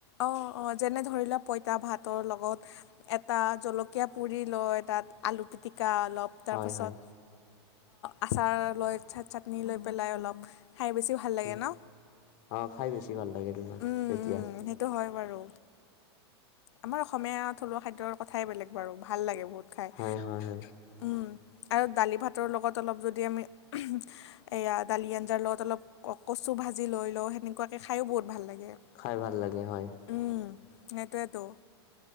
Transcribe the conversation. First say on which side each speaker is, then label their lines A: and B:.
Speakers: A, on the left; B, on the left.
A: অ অ যেনে ধৰি লোৱা পইতা ভাতৰ লগত এটা জলকীয়া পুৰি লয়, তাত আলু পিটিকা অলপ তাৰপাছত
B: হয়, হয়,
A: আচাৰ লৈ চাটনি লৈ পেলাই অলপ খাই বেছি ভাল লাগে
B: উম
A: ন
B: অ খাই বেছি ভাল লাগে তোমাৰ
A: উম
B: তেতিয়া
A: উম সেইটো হয় বাৰু আমাৰ অসমীয়া থলুৱা খাদ্যৰ কথাই বেলেগ বাৰু ভাল লাগে বহুত খাই
B: হয় হয় হয়
A: উম আৰু দালি ভাতৰ লগত অলপ যদি আমি এয়া দালি আঞ্জাৰ লত অলপ কচু ভাজি লৈ লওঁ। সেনেকুৱাকে খায়ো বহুত ভাল লাগে।
B: খাই ভাল লাগে হয়।
A: উম সেইটোৱেতো